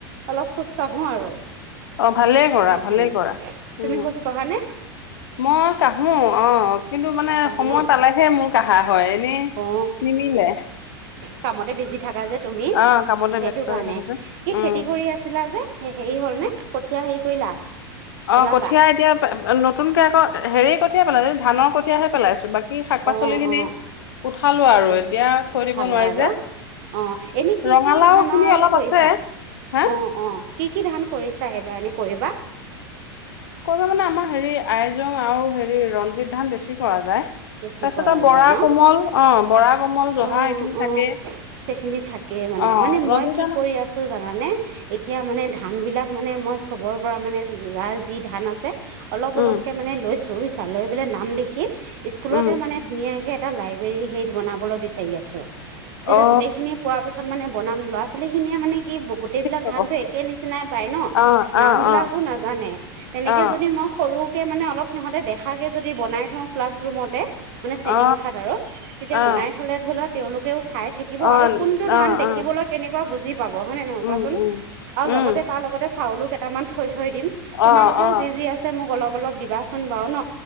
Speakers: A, on the right; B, on the left.
A: অলপ খোজ কঢ়ো আৰু
B: অ ভালেই কৰা
A: তাকে
B: ভালেই কৰা
A: তুমি
B: উম
A: খোজ কঢ়া নে
B: মই কাহো অ কিন্তু মানে
A: কাঢ়া
B: সময়
A: ন
B: পালেহে মোৰ কাহা হয় এনেই
A: অ
B: নিমিলে
A: কামতে বিজি থাকা যে তুমি
B: অ কামতে
A: সেইটো
B: ব্যস্ত
A: কাৰণে
B: হৈ থাকো যে
A: কি
B: উম
A: খেতি কৰি আছিলা যে হেৰি হল নে কঠীঁয়া হেৰি কৰিলা? পেলালা
B: অ কঠীয়া এতিয়া নতুনকে আকৌ হেৰি কঠিয়াই পেলাই ধানৰ কঠীয়াহে পেলাইছো বাকি বাকী শাক পাচলি
A: অ
B: খিনি
A: অ
B: উঠালো আৰু
A: কৰি
B: এতিয়া থৈ
A: উঠালা
B: দিব নোৱাৰি
A: আৰু
B: যে
A: অ এনে কি
B: ৰঙালাও
A: কি ধানৰ
B: খিনি অলপ
A: কৰিছা
B: আছে হা
A: অ অ কি কি ধান কৰিছা এইবাৰ এনে কৰিবা
B: ক মানে আমাৰ হেৰি আইজং আৰু হেৰি ৰঞ্জিত ধান বেছি কৰা যায় তাৰপিছত
A: বেছি কৰা
B: আৰু বৰা
A: যায় ন
B: কোমল অ বৰা কোমল জহা
A: অ
B: এইখিনি
A: অ
B: থাকেই
A: সেইখিনি থাকেই মানে
B: অ
A: মানে
B: ৰঞ্জিত
A: মই কি
B: দানা
A: কৰি আছো জানানে এতিয়া মানে ধান বিলাক মানে মই চবৰ পৰা মানে যাৰ যি ধান আছে অলপ অলপকে
B: উম
A: মানে লৈছো লৈচা লৈ পেলাই নাম লিখি স্কুলতে
B: উম
A: মানে ধুনীয়াকে এটা লাইব্ৰেৰী হেৰিত বনাব বলৈ বিচাৰি আছো তিয়া
B: অ
A: গোটেইখিনি পোৱাৰ পিছত মানে বনাম ল'ৰা ছোৱালীখিনিয়ে মানে কি গোটেইবলাক
B: চিক
A: ধানতো
B: আকৌ
A: একে নিচিনাই পাই ন
B: অ
A: নাম
B: অ
A: বিলাকো
B: অ
A: নাজানে তেনেকে
B: অ
A: যদি মই সৰু তে মানে অলপ সিহঁতে দেখাকৈ যদি বনাই থওঁ ক্লাছৰুমতে মানে চেনী
B: অ
A: কোঠাত আৰু তেতিয়া
B: অ
A: বনাই থ'লে তেওঁলোকেও চাই থাকিব
B: অ
A: আৰু কোনটো ধান
B: অ
A: দেখিবলৈ
B: অ
A: কেনেকুৱা বুজিব পাব হয় নে নহয়
B: উম
A: কোৱাচোন
B: উম
A: আৰু লগতে
B: উম
A: তাৰ লগতে চাউলো কেইটামান থৈ থৈ দিম তোমালোকেও
B: অ অ
A: যি যি আছে মোক অলপ অলপ দিবাচোন বাৰু ন